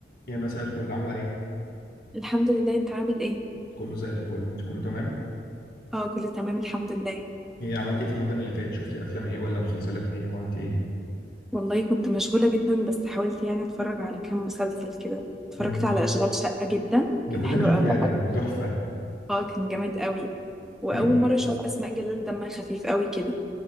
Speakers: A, on the left (about 55°); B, in the centre.
A: يا مساء الفل عاملة ايه؟
B: الحمد لله انت عامل ايه
A: كله زي الفل انت كله تمام؟
B: اه كله تمام الحمد لله
A: ايه عملت ايه في رمضان اللي فات؟ شفتي افلام ايه ولا مسلسلات ايه وعملت ايه؟
B: والله كنت مشغولة جدا بس حاولت يعني اتفرج على كام مسلسل كده اتفرجت
A: مم.
B: على اشغال شقة جدا
A: ده
B: كان
A: كلنا
B: حلو
A: شفناه
B: قوي
A: ده كان تحفة
B: اه كان جامد قوي واول
A: يمكن
B: مرة اشوف اسماء جلال دمها خفيف قوي كده